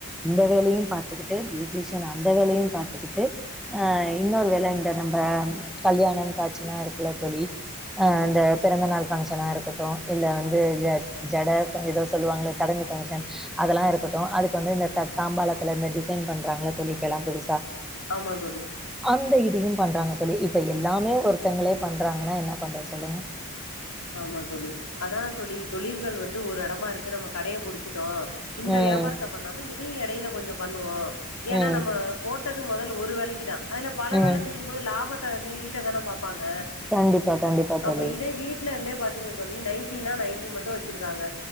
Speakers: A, in the centre; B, on the left (about 85°).
A: இந்த வேலையு பாத்துக்கிட்டு பியூட்டிஷியன் அந்த வேலையும் பாத்துக்கிட்டு அ இன்னொரு வேல இந்த நம்ப கல்யாணம் காச்சினா இருக்குல்ல தோழி ஆ
B: ம்
A: அந்த பிறந்தநாள் ஃபங்க்ஷனா இருக்கட்டு இல்ல வந்து ஜ ஜட ஏதோ சொல்லுவாங்கள சடங்கு ஃபங்க்ஷன் அதெல்லா இருக்கட்டூ அதுக்கு வந்து இந்த த தாம்பாளத்துல இந்த டிசைன் பண்றாங்கள தோழிப்ப எல்லா புதுசா
B: ஆமா தோழி
A: அந்த இதையும் பண்றாங்க தோழி இப்ப எல்லாமே ஒருத்தங்களே பண்றாங்கன்னா என்னா பண்றது சொல்லுங்க
B: ஆமா தோழி அதா தோழி தொழில்கள் வந்து ஒரு எடமா இருக்கு நம்ம கடையை புடிச்சுட்டோ இந்த
A: ம்.
B: வியாபாரத்த பண்ணாம இதையு எடையில கொஞ்சொ பண்ணுவோ ஏன்னா
A: ம்.
B: நம்ம போட்டது மொதல் ஒரு வேலைக்கி தா அதுல பல
A: ம்.
B: வேல செய்யும் போது லாபத்த நீட்டதான பாப்பாங்க
A: கண்டிப்பா, கண்டிப்பா
B: அப்படி
A: தோழி.
B: இதே வீட்லருந்தே பாத்துங்க தோழி நைட்டினா நைட்டி மட்டு வச்சிருக்காங்க